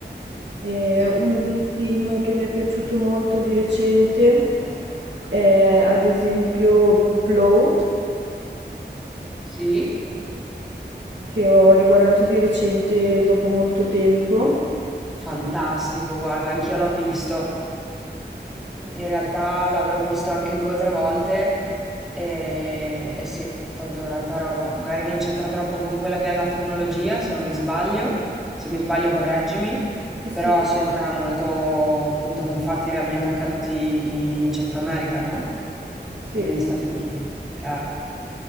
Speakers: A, on the right; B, in the centre.
A: E uno dei film che mi è piaciuto molto di recente è ad esempio Blow
B: Sì?
A: che ho riguardato di recente dopo molto tempo.
B: Fantastico, guarda, anch'io l'ho visto. In realtà l'avrò visto anche 2 o 3 volte e, e sì, tanta tanta roba. Magari non c'entra troppo con quella che è la tecnologia, se non mi sbaglio, se mi sbaglio correggimi,
A: Sì, sì,
B: però c'entra molto appunto con fatti realmente accaduti in, in Centro America, no?
A: sì.
B: E negli Stati Uniti. Eh,